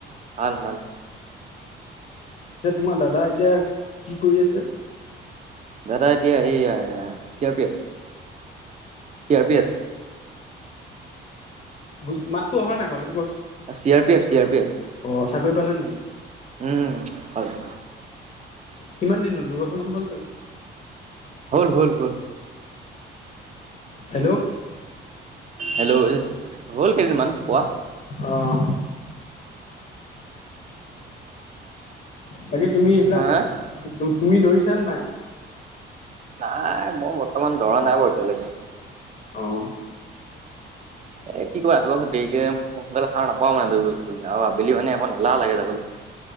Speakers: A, on the right; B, on the left.
A: ভাল ভাল।
B: এতিয়া তোমাৰ দাদা এতিয়া কি কৰি আছে?
A: দাদা এতিয়া সেই চি আৰ পি এফ। <unintelligible>
B: বুজ, মাতো অহা নাই ভালকে কোৱাচোন।
A: C R P F C R P F.
B: অ' চাকৰি পালে নেকি?
A: উম পালে।
B: কিমান দিন হ'ল দুবছৰমান হল চাগে।
A: হ'ল হ'ল হ'ল।
B: হেল্ল'?
A: হেল্ল' এই হ'ল কেইদিনমান পোৱা।
B: অঁ। বাকি তুমি এইবিলাক
A: হা
B: তুমি ধৰিছা নে নাই?
A: নাই মই বৰ্তমান দৌৰা নাই বাৰু এতিয়ালৈকে।
B: অঁ'
A: এ' কি কবা ৰাতিপুৱা বহুত দেৰিকে সোনকালে সাৰ নাপাও মানে দৌৰিব যাবলৈ আৰু আবেলি মানে অকখন এলাহ লাগে যাবলে।